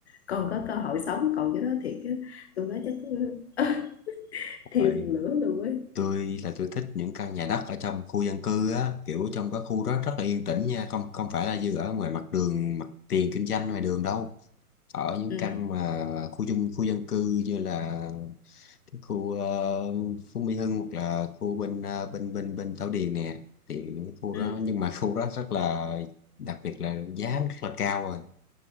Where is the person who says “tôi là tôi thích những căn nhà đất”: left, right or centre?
Left